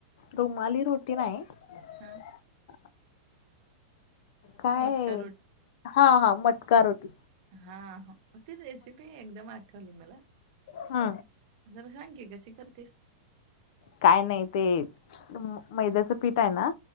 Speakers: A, on the left; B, on the right.
A: रुमाली रोटी नाही <inaudible>
B: हां.
A: काय
B: मटका
A: हा हा मटका रोटी
B: हा ती रेसिपी एकदम आठवली मला
A: हा
B: जरा सांग कशी करतीस?
A: काय नाही ते मैद्याचं पीठय ना?